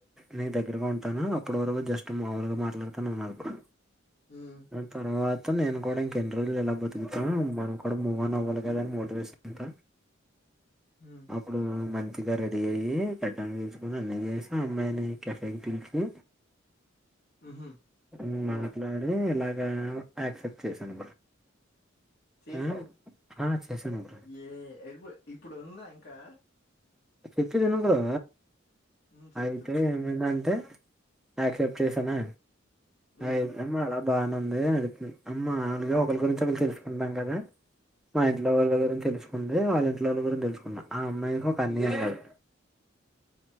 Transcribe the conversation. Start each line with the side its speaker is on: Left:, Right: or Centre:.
Centre: నీకు దగ్గరగా ఉంటానో అప్పుడు వరకు జస్ట్ మామూలుగా మాట్లాడుతాను అన్నారు బ్రో
Left: హ్మ్.
Centre: ఆ తర్వాత్ తు నేను కూడ ఇంక ఎన్ని రోజులు ఇలా బతుకుతాం మనం కూడ మువ్ ఆన్ అవ్వాల ఏదన్నా మోటివేషన్ ఇంత
Left: హ్మ్.
Centre: అప్పుడూ మం గా రెడీ అయ్యి గడ్డం గీయించుకొని అన్ని చేయించుకొని అమ్మాయిని కెఫేకి పిలిచి
Left: హుహు.
Centre: హుమ్
Left: అబ్బో!
Centre: మాట్లాడి ఇలా నన్ను ఆక్సెప్ట్ చేశాను
Left: చేసావ్
Centre: ఆ ఆ చేశాను బ్రో
Left: ఏ ఏవ్ ఇప్పుడు ఉందా ఇంకా
Centre: చెప్పేది ఇనుండవా
Left: హ్మ్. చెప్పు
Centre: అయితే
Left: చెప్పు.
Centre: ఏమైందంటే అక్సెప్ట్ చేసనా
Left: హ్మ్.
Centre: అయిదమ్మ అలా బానుంది అ అమ్మా అనగ ఒకలి గురించి ఒకలు తెలుసుకుంటాం గా మా ఇంట్లో వాళ్ళ గురించి తెలుసుకుంది వాళ్ళ ఇంట్లో వాళ్ళ గురించి తెలుసుకున్న ఆ అమ్మాయి ఒక అన్నయ్ ఉన్నాడు